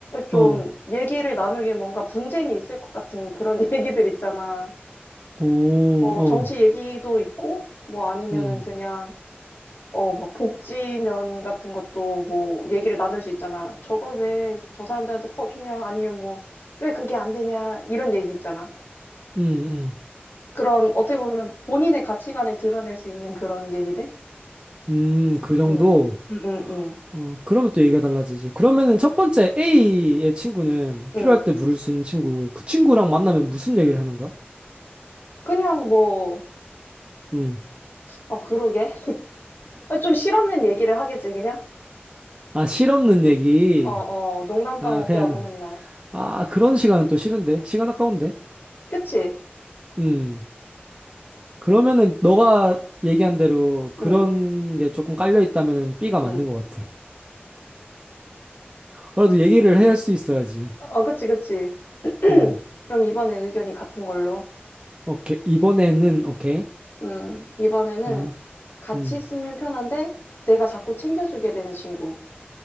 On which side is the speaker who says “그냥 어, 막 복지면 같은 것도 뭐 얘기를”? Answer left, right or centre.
Left